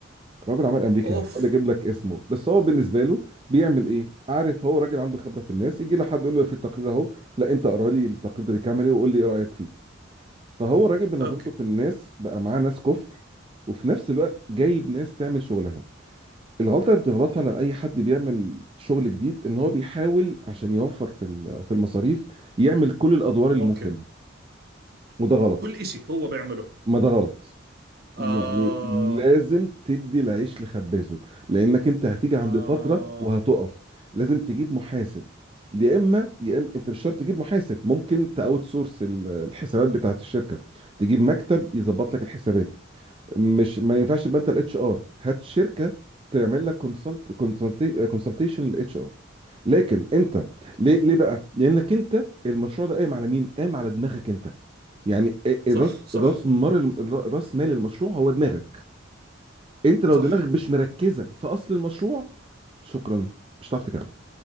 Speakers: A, on the right (about 25°); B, on the right (about 50°).
A: راجل عمل امريكا
B: اوف
A: هحاول اجيب لك اسمه بس هو بالنسبه له بيعمل ايه عارف هو راجل عنده خبره في الناس يجي لحد يقول له في التقرير اهو لا انت اقرا لي التقرير ده بيكمل ايه وقول لي ايه رايك فيه فهو راجل بنظرته
B: اوكي
A: في الناس بقى معاه ناس كفء وفي نفس الوقت جايب ناس تعمل شغلها الغلطه اللي بتغلطها لما اي حد بيعمل شغل جديد ان هو بيحاول عشان يوفر في ال- في المصاريف يعمل كل الادوار اللي
B: اوكي
A: ممكنه وده غلط
B: كل اشي هو بيعمله
A: ما ده غلط
B: آه
A: يعني لازم تدي العيش لخبازه لانك انت هتيجي عند
B: آه
A: فتره وهتقف لازم تجيب محاسب يا اما يا اما انت مش شرط تجيب محاسب ممكن تاوت سورس الحسابات بتاعت الشركه تجيب مكتب يظبط لك الحسابات مش ما ينفعش يبقى انت الاتش ار هات شركه تعمل لك كونسلت كونسلتيشن للاتش ار لكن انت ليه ليه بقى لانك انت المشروع ده قايم على مين قايم على دماغك انت يعني راس
B: صح صح
A: راس مال راس مال المشروع هو دماغك انت لو
B: صح
A: دماغك مش مركزه في اصل المشروع شكرا مش هتعرف تكمل